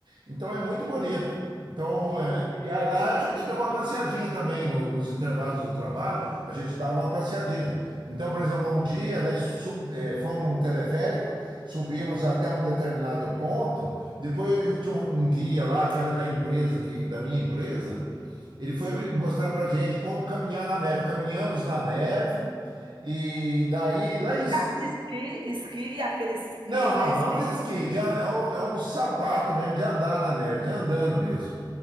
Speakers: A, on the right; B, on the right.
A: Então é muito bonito. Então,
B: Meu
A: é,
B: Deus,
A: e aí
B: que
A: lá
B: lindo.
A: a gente tem uma passeadinha também no- nos intervalos do trabalho, a gente dava uma passeadinha. Então, por exemplo, um dia, né, su- eh, fomos um teleférico, subimos até um determinado ponto, depois tinha um um guia lá que era da empresa, que, da minha empresa, ele foi
B: Sim.
A: mostrar pra gente como caminhar na neve. Caminhamos na neve e daí lá em...
B: Andasse de esqui esqui, aqueles esquis,
A: Não, não,
B: né, esquis
A: não de esqui, de an- é um, é um sapato mesmo de andar na neve, de andando mesmo.